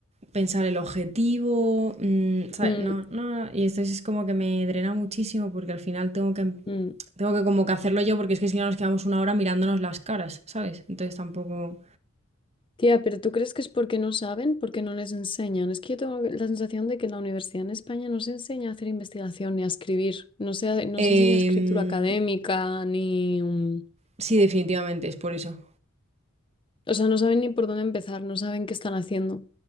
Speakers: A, on the right; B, on the left.
A: pensar el objetivo, mm, ¿sabes?
B: Mm,
A: No, no, no, y esto es como que me drena muchísimo porque al final tengo que, em,
B: mm.
A: tengo que como que hacerlo yo porque es que si no nos quedamos una hora mirándonos las caras, ¿sabes? Entonces tampoco...
B: Tía, pero ¿tú crees que es porque no saben, porque no les enseñan? Es que yo tengo la sensación de que en la universidad en España no se enseña a hacer investigación ni a escribir, no se, ha- no
A: Em,
B: se enseña escritura académica ni... mm,
A: sí, definitivamente es por eso.
B: O sea, no saben ni por dónde empezar, no saben qué están haciendo.